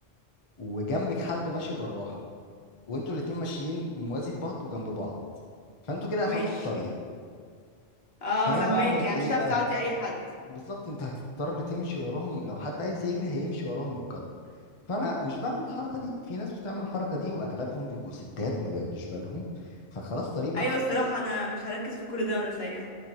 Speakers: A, on the left (about 30°); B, on the left (about 55°).
A: وجنبك حد ماشي بالراحه وانتوا الاتنين ماشيين موازي لبعض وجنب بعض فانتوا كده قفلتوا
B: ماشي
A: الطريق
B: اه
A: فانا
B: فهماك
A: بعمل
B: يعني
A: ايه
B: مش هتعرف
A: بقى
B: تعدي اي حد
A: بالظبط انت هتضطر تمشي وراهم لو حد عايز يجري هيمشي وراهم متقدر فانا مش بعمل الحركه دي في ناس بتعمل الحركه دي واغلبهم بيبقوا ستات ما بياخدوش بالهم فخلاص طريق بيقف
B: ايوه الصراحة انا مش هركز في كل ده وانا سايقة